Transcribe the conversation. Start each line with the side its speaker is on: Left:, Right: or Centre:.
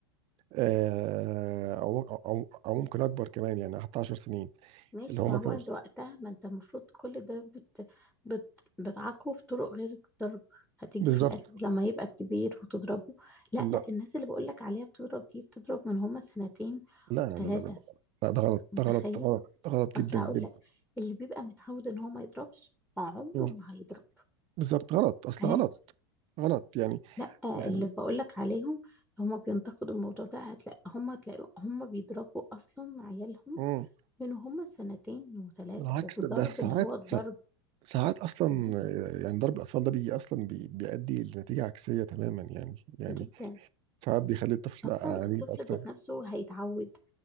Right: آه، او او او أو ممكن اكبر كمان يعني حتى 10 سنين
Centre: ماشي
Right: اللي هو
Centre: ما
Right: مثلا
Centre: هو انت وقتها ما انت المفروض كل ده بت... بت... بتعاقبه بطرق غير الضرب هتيجي
Right: بالظبط
Centre: في الاخر لما يبقى كبير وتضربه لا
Right: لا
Centre: الناس اللي بقولك عليها بتضرب دي بتضرب من هما سنتين
Right: لا
Centre: وتلاتة
Right: لا لا لا لا لا، ده غلط
Centre: متخيل
Right: ده غلط ده غلط ده غلط جدا
Centre: اصل هقولك
Right: جدا
Centre: اللي بيبقى متعود ان هو ما يضربش عمره
Right: مم.
Centre: ما هيضرب
Right: بالظبط غلط اصل
Centre: فاهم
Right: غلط غلط يعني
Centre: لا
Right: يعني
Centre: اللي بقولك عليهم هما بينتقدوا الموضوع ده هتلاقي هما تلاقي هما بيضربوا اصلا عيالهم
Right: مم.
Centre: من هما سنتين وتلاتة
Right: بالعكس
Centre: وبضرب
Right: ده, ده ساعات
Centre: اللي هو الضرب
Right: ساعات اصلا
Centre: فاهم
Right: آه، يعني ضرب الاطفال ده بيجي اصلا بي بيؤدي لنتيجه عكسيه تماما يعني يعني
Centre: جدا
Right: ساعات بيخلي الطفل
Centre: اصلا
Right: عنيد
Centre: الطفل
Right: اكتر
Centre: ذات نفسه هيتعود